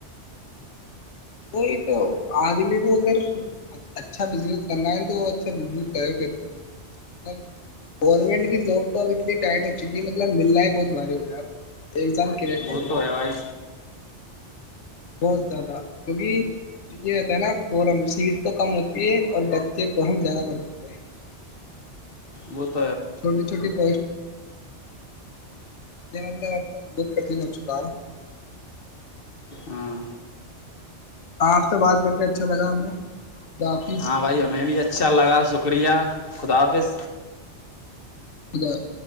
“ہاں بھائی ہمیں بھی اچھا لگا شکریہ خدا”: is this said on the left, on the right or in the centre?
Left